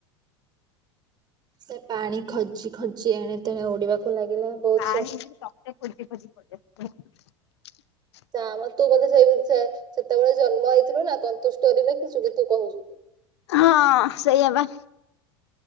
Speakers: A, on the right; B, on the left.
A: ସେ ପାଣି ଖୋଜି ଖୋଜି ଏଣେ ତେଣ ଓଡିବାକୁ ଲାଗିଲା। ବହୁତ
B: ପାଣି
A: ସ
B: ନୁହଁ ସିଏ ତୋତେ ଖୋଜି ଖୋଜି ପଳେଇ ଆସିଲା।
A: ନାଁ ମଁ ବୋଧେ ସେଇ ସେତେବେଳେ ଜନ୍ମ ହେଇଥିଲୁ ନା ତନ୍ତୁ ଷ୍ଟୋରି ବି ତୁ କହୁଛୁ।
B: ହଁ ସେଇଆ ବା।